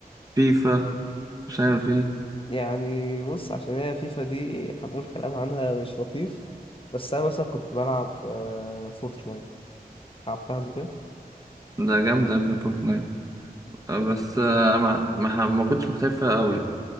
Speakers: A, on the right (about 20°); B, on the left (about 35°).
A: فيفا مش عارف ايه
B: يعني بص عشان هي فيفا دي هنقول كلام عنها مش لطيف بس انا مثلا كنت بلعب آه، فورتنايت لعبتها قبل كده
A: ده جامدة يا ابني فورتنايت آه،
B: اه
A: بس آه ما ما ما كنتش محترف فيها قوي يعني